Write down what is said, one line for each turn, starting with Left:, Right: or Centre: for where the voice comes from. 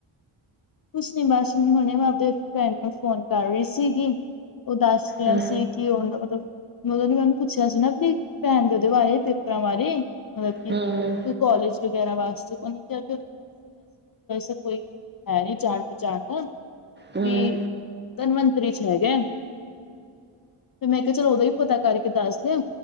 Left: ਕੁਛ ਨੀ ਬਸ ਹੁਣੇ ਮੈਂ ਆਪਦੇ ਫਰੈਂਡ ਨੂੰ ਫੋਨ ਕਰ ਰਹੀ ਸੀਗੀ, ਉਹ ਦੱਸ ਰਿਹਾ
Right: ਹਮ
Left: ਸੀ। ਕੀ ਉਹਦਾ ਮਤਲਬ, ਮੈਂ ਓਦੋਂ ਵੀ ਮੈਨੂੰ ਪੁੱਛਿਆ ਸੀ ਨਾ ਆਪਣੀ ਭੈਣ ਦੇ ਉਹਦੇ ਬਾਰੇ, ਪੇਪਰਾਂ ਬਾਰੇ, ਮਤਲਬ ਕੀ
Right: ਹਮ
Left: ਕੋਲੇਜ ਵਗੈਰਾ ਵਾਸਤੇ ਉਹਨਾਂ <unintelligible> ਕੋਈ ਹੈ ਨੀ ਜਾਣ ਪਚਾਣ ਦਾ,
Right: ਹਮ
Left: ਵੀ ਤਨਵੰਤਰੀ 'ਚ ਹੈਗੇ। ਫਿਰ ਮੈਂ ਕਿਹਾ ਚਲੋ ਉਦਾਂ ਹੀ ਪਤਾ ਕਰਕੇ ਦੱਸਦੇ ਆ।